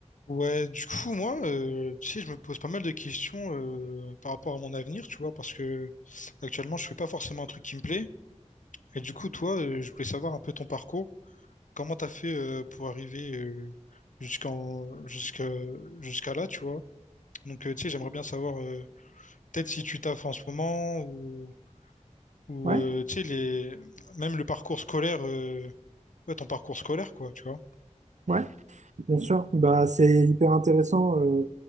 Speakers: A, on the left; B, on the right.
A: Ouais, du coup, moi, euh, tu sais, je me pose pas mal de questions euh, par rapport à mon avenir, tu vois, parce que actuellement, je fais pas forcément un truc qui me plaît. Et du coup, toi, euh, je voulais savoir un peu ton parcours. Comment t'as fait euh, pour arriver euh, jusqu'en jusqu'à jusqu'à là, tu vois. Donc, euh, tu sais, j'aimerais bien savoir euh, peut-être si tu taffes en ce moment ou ou
B: Ouais,
A: euh, tu sais les même le parcours scolaire, euh, ouais, ton parcours scolaire, quoi, tu vois.
B: ouais, bien sûr. Bah, c'est hyper intéressant euh,